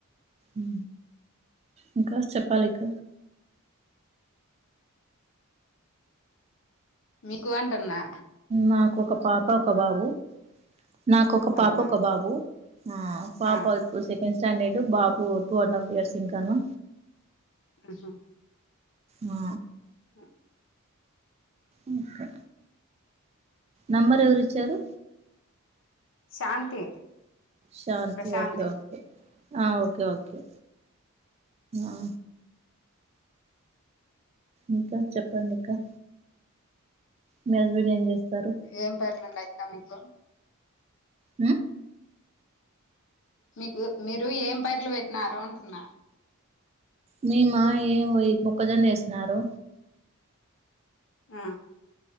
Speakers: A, on the right; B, on the left.
A: ఊ ఇంకా చెప్పాలి ఇక
B: మీకు అంటున్నా
A: నాకు ఒక పాప ఒక బాబు నాక ఒక పాప
B: అవునా
A: ఒక బాబు ఆ పాప
B: ఆ
A: ఇప్పుడు సెక్ టెన్ స్టాండర్డ్ బాబు టూ అండ్ హాఫ్ ఇయర్ ఇంకాను
B: ఆహా
A: ఆ
B: ఆ
A: ఇంకా నంబర్ ఎవరు ఇచ్చారు
B: శాంతి
A: శాంతి
B: ప్రశాంతి
A: ఓకే ఓకే ఆ ఓకే ఓకే ఆ ఇంకా చెప్పండి అక్క మీ హస్బెండ్ ఏం చేస్తారు
B: ఏం పేర్లు లెక్క మీకు
A: ఉ
B: మీకు మీరు ఏం పైర్లు పెట్టినారు అంటున్న
A: మీ మా ఏమో యి మొక్కజొన్న వేసినారు
B: ఆ